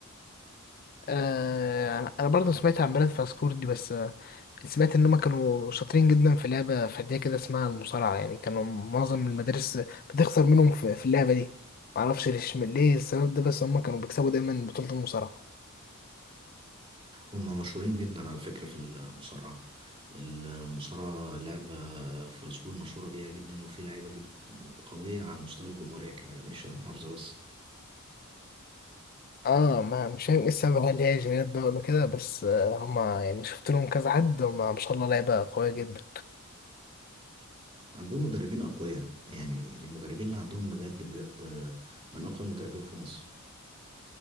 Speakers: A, on the left; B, on the right.
A: آه انا أنا برضه سمعت عن بلد فاسكور دي بس آه، سمعت ان هم كانوا شاطرين جدا في لعبة فردية كده اسمها المصارعة يعني كانوا معظم المدارس بتخسر منهم في في اللعبة دي معرفش ليش ليه السبب ده بس هم كانوا بيكسبوا دايما بطولة المصارعة
B: هما مشهورين جدا على فكرة في المصارعة المصارعة لعبة فرنسكون مشهورة بيها جدا وفي لعيبة جد قوية على مستوى الجمهورية كمان مش المحافظة بس
A: اه ما مش فاهم ايه السبب هل هي جينات بقى ولا كده بس آه، هما يعني شفت لهم كذا حد هما ما شاء الله لعيبة قوية جدا
B: عندهم مدربين أقوياء يعني المدربين اللي عندهم بجد بجد آه، من أقوى المدربين في مصر